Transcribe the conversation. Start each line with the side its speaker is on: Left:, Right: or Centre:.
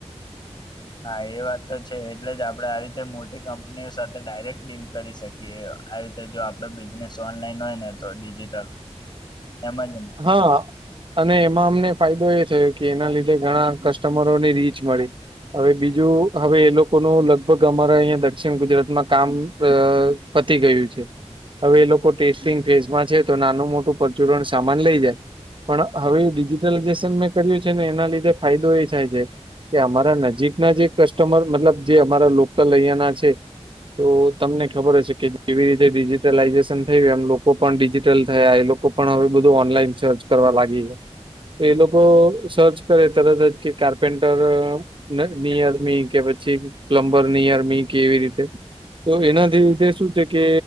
Left: હા એ વાત તો છે એટલે જ આપડણે આ રીતે મોટી કંપનીઓ સાથે ડાયરેક્ટ ડીલ કરી શકીએ. આ રીતે જો આપડો બિઝનેસ ઓનલાઈન હોય ને તો ડિજીિટલ એમજ ને
Right: હા. અને એમાં અમને ફાયદો એ થયો કે એના લીધે ઘણા કસ્ટમરોની રીચ મળી. હવે બીજું હવે એ લોકોનું લગભગ અમારા અહીંયા દક્ષિણ ગુજરાતમાં કામ પતી ગયું છે હવે એ લોકો ટેસ્ટિંગ ફેઝમાં છે તો નાનું મોટું પ્રચુરણ સામાન લઈ જાય પણ હવે ડિજિટલાઈઝેશન મેં કર્યું છે ને એના લીધે ફાયદો એ થાય છે. કે અમારા નજીકના જે કસ્ટમર મતલબ જે અમારા લોકલ અહિયાં ના છે. તો તમને ખબર હશે કે જેવી રીતે ડિજિટલાઇઝેશન થયું એમ લોકો પણ ડિજિટલ થયા એ લોકો લોકો પણ હવે બધું ઓનલાઈન સર્ચ કરવા લાગી. એ લોકો સર્ચ કરે તરત જ કે કાર્પેન્ટર. નિયમી કે પછી પ્લમ્બર નિયમી કે એવી રીતે. તો એનાથી લીધે શું છે કે